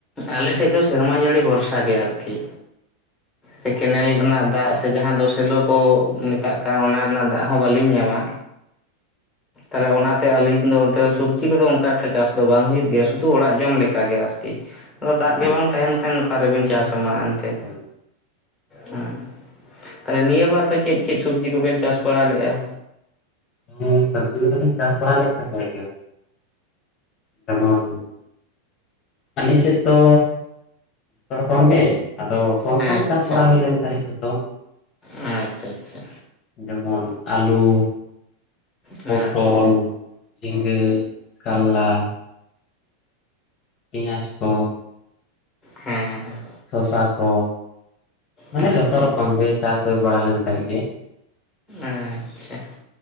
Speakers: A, in the centre; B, on the left.
A: ᱟᱞᱮ ᱥᱮᱫ ᱫᱚ ᱥᱮᱨᱢᱟ ᱡᱟᱹᱲᱤ ᱵᱷᱚᱨᱥᱟ ᱜᱮ ᱟᱨᱠᱤ ᱥᱮ ᱠᱮᱱᱮᱞ ᱨᱮᱱᱟᱜ ᱫᱟᱜ ᱡᱟᱦᱟᱸ ᱫᱚ ᱥᱮᱞᱚ ᱠᱚ ᱢᱮᱛᱟᱜ ᱠᱟᱱ ᱚᱱᱟ ᱨᱮᱱᱟᱜ ᱫᱟᱜ ᱦᱚᱸ ᱵᱟᱹᱞᱤᱧ ᱧᱟᱢᱟ ᱛᱟᱦᱚᱞᱮ ᱚᱱᱟᱛᱮ ᱟᱹᱞᱤᱧ ᱫᱚ ᱚᱱᱛᱮ ᱥᱚᱵᱡᱤ ᱠᱚᱫᱚ ᱚᱱᱠᱟ ᱮᱴ ᱪᱟᱥ ᱫᱚ ᱵᱟᱝ ᱦᱩᱭᱩᱜ ᱜᱮᱭᱟ ᱥᱩᱫᱷᱩ ᱚᱲᱟᱜ ᱡᱚᱢ ᱞᱮᱠᱟᱜᱮ ᱟᱨᱠᱤ ᱟᱫᱚ ᱫᱟᱜ
B: ᱦᱮᱸ
A: ᱜᱮ ᱵᱟᱝ ᱛᱟᱦᱮᱱ ᱠᱷᱟᱱ ᱚᱠᱟ ᱨᱮᱵᱮᱱ ᱪᱟᱥ ᱟ ᱢᱟ ᱮᱱᱛᱮᱜ
B: ᱦᱳᱭ
A: ᱦᱮᱸ ᱛᱟᱦᱚᱞᱮ ᱱᱤᱭᱟᱹ ᱵᱟᱨ ᱫᱚ ᱪᱮᱫ ᱪᱮᱫ ᱥᱚᱵᱡᱤ ᱠᱚᱵᱮᱱ ᱪᱟᱥ ᱵᱟᱲᱟ ᱞᱮᱼᱟ
B: ᱦᱩ ᱥᱚᱵᱽᱡᱤ ᱠᱚᱫᱚᱞᱤᱧ ᱪᱟᱥ ᱵᱟᱲᱟ ᱞᱮᱫ ᱛᱟᱦᱮᱸ ᱜᱮ ᱡᱮᱢᱚᱱ ᱟᱞᱮ ᱥᱮᱫ ᱫᱚ ᱡᱚᱛᱚ ᱨᱚᱠᱚᱢ ᱜᱮ ᱟᱫᱚ ᱠᱚᱢ
A: ᱟᱪᱪᱷᱟ
B: ᱠᱚᱢ ᱪᱟᱥ ᱵᱟᱲᱟ ᱦᱩᱭ ᱞᱮᱱ ᱛᱟᱦᱮᱸ ᱡᱚᱛᱚ
A: ᱟᱪᱪᱷᱟ ᱟᱪᱪᱷᱟ
B: ᱡᱮᱢᱚᱱ ᱟᱹᱞᱩ
A: ᱟᱪᱪᱷᱟ
B: ᱯᱚᱴᱚᱞ ᱡᱷᱤᱸᱜᱟᱹ ᱠᱟᱨᱞᱟ ᱯᱮᱸᱭᱟᱡ ᱠᱚ
A: ᱦᱮᱸ ᱦᱮᱸ
B: ᱥᱚᱥᱟ ᱠᱚ ᱢᱟᱱᱮ
A: ᱦᱮᱸ ᱟᱪᱪᱷᱟ
B: ᱡᱷᱚᱛᱚ ᱨᱚᱠᱚᱢ
A: ᱟᱪᱪᱷᱟ
B: ᱜᱮ ᱪᱟᱥ ᱦᱩᱭ ᱵᱟᱲᱟ ᱞᱮᱱ ᱛᱟᱦᱮᱸᱫ ᱜᱮ
A: ᱟᱪᱪᱷᱟ